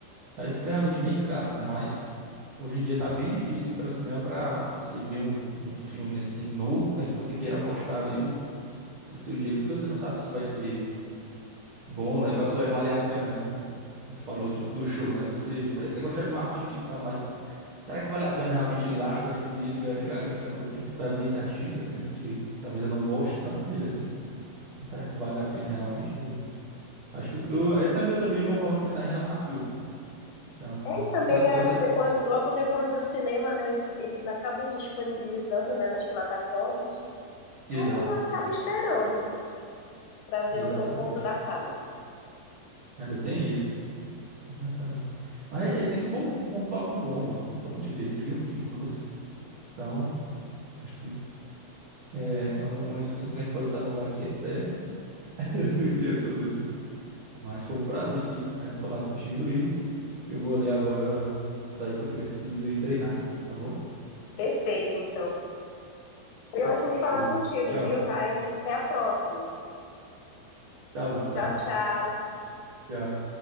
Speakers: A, on the right; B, on the left.
A: aí fica realmente bem escasso, né? Mas hoje em dia tá bem difícil ir para cinema para você ver um, um filme assim novo, né? Que você queira apostar ali o, o seu dinheiro, porque você não sabe se vai ser bom, legal, se vai valer a pena, né? Como falou, tipo do show, né? Você pode até gostar de um artista e tal, mas será que vale a pena realmente ir lá, gastar o dinheiro, e viajar, gastar meu tempo pra ver esse artista, sendo que talvez eu não goste tanto dele assim? Será que vale a pena realmente? Ou- Acho que eu, essa é a minha, também a minha forma de pensar em relação a filme. Então,
B: É, e também,
A: pra, pra
B: a-
A: você.
B: depois, logo depois do cinema, né, eles acabam disponibilizando, né, nas plataformas.
A: Exato,
B: Aí eu acabo esperando para ver
A: exatamente.
B: no conforto da casa.
A: Ainda tem isso. Exatamente. Mas esse aqui foi um, foi um papo bom, Luana. A gente falou de quê? De filme, de música. Então, acho que É, é um- uma discussão que a gente pode se alongar aqui até <laughs> o dia todo, assim. Mas foi um prazer aqui, né, falar contigo e eu vou ali agora sair que eu preciso ir treinar, tá bom?
B: Perfeito, então. Foi ótimo
A: Show.
B: falar contigo,
A: Tchau.
B: viu, Ryan? Até a próxima.
A: Tá bom, tá
B: Tchau,
A: bom.
B: tchau.
A: Tchau.